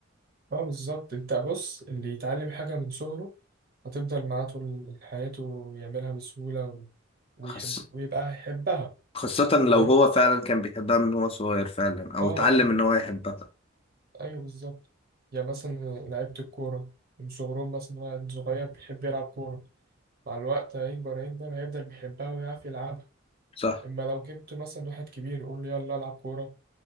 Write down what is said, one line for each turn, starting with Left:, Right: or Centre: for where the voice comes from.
Right: اه بالظبط أنت بص اللي يتعلم حاجة من صغره هتفضل معاه طول حياته ويعملها بسهولة و... ويحب
Left: خاصة
Right: ويبقى يحبها
Left: خاصة لو
Right: فاهم؟
Left: هو فعلا كان بيحبها من هو صغير فعلا او
Right: اه
Left: اتعلم
Right: اه
Left: ان هو يحبها
Right: أيوه بالظبط يعني مثلا لعيبة الكورة من صغرهم مثلا هو من صغير بيحب يلعب كورة مع الوقت هيكبر هيكبر هيفضل بيحبها ويعرف يلعبها.
Left: صح
Right: اما لو جبت مثلا واحد كبير يقول له يلا العب كوره